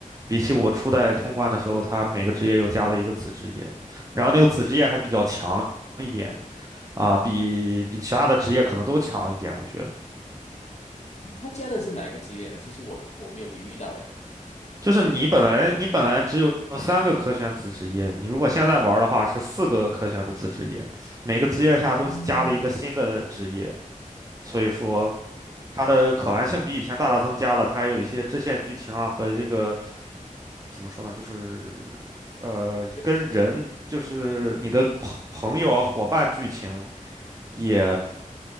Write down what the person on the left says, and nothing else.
对对对，
他加的是哪一个职业啊？其实我我没有留意到诶。
哦，
<laughs>
嗯，对，